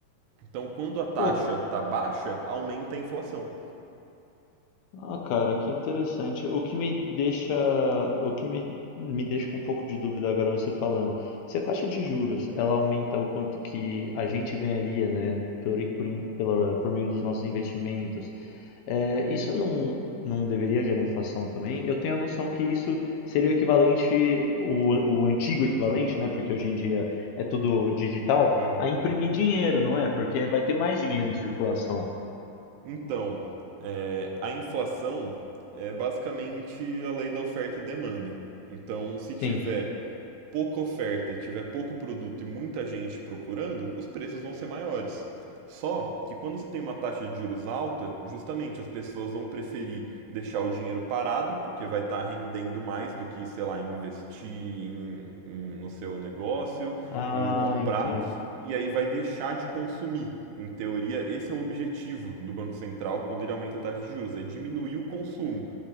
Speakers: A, on the right (about 80°); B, on the left (about 75°).
A: Então, quando a taxa
B: Pô,
A: tá baixa, aumenta a inflação.
B: Ah, cara, que interessante. O que me deixa, o que me, me deixa com um pouco de dúvida agora você falando. Se a taxa de juros, ela aumenta o quanto que a gente ganharia, né, por, por, in- pela- por meio dos nossos investimentos, é, isso não, não deveria gerar inflação também? Eu tenho a noção que isso seria o equivalente, o, an- o antigo equivalente, né, porque hoje em dia é tudo digital,
A: Aham.
B: a imprimir dinheiro, não é? Porque vai ter mais dinheiro em circulação.
A: Então, é, a inflação é basicamente a lei da oferta e demanda. Então, se tiver
B: Sim.
A: pouca oferta, tiver pouco produto e muita gente procurando, os preços vão ser maiores. Só que quando você tem uma taxa de juros alta, justamente as pessoas vão preferir deixar o dinheiro parado, porque vai estar rendendo mais do que, sei lá, investir em- em- no seu negócio,
B: Ah,
A: em comprar,
B: entendo.
A: e aí vai deixar de consumir. Em teoria, esse é o objetivo do Banco Central quando ele aumenta a taxa de juros, é diminuir o consumo.